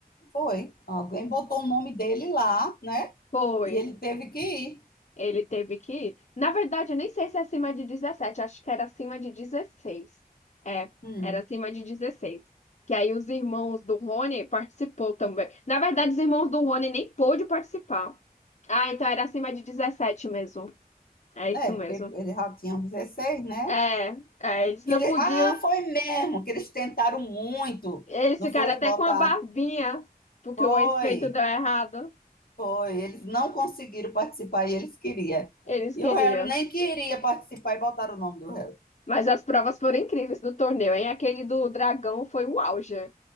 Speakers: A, on the left; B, on the left.
A: Foi. Alguém botou o nome dele lá, né?
B: Foi.
A: E ele teve que ir.
B: Ele teve que ir. Na verdade, eu nem sei se é acima de 17. acho que era acima de 16. É,
A: Hum.
B: era acima de 16. Que aí os irmãos do Rony participou também. Na verdade, os irmãos do Rony nem pôde participar. Ah, então era acima de 17 mesmo. É isso
A: É,
B: mesmo.
A: porque ele já tinha 16, né?
B: É, é, eles
A: Que
B: não
A: ele...
B: podiam.
A: Ah, foi mesmo, que eles tentaram muito.
B: Eles
A: Não
B: ficaram
A: foi
B: até
A: botar.
B: com a barbinha, porque
A: Foi,
B: o efeito deu errado.
A: foi. Eles não conseguiram participar e eles queriam.
B: Eles
A: E
B: queriam.
A: o Harry nem queria participar e botaram o nome do Harry.
B: Mas as provas foram incríveis do torneio, hein? Aquele do dragão foi o auge.